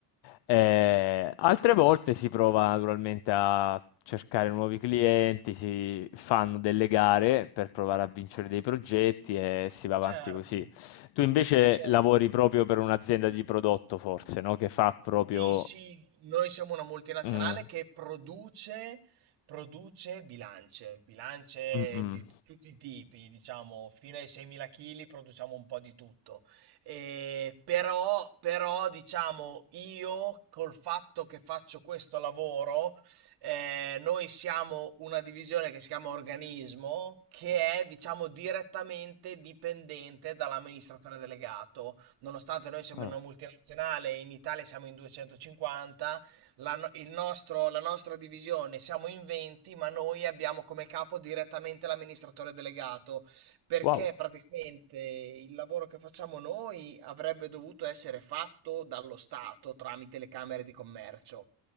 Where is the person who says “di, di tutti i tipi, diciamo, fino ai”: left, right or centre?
Right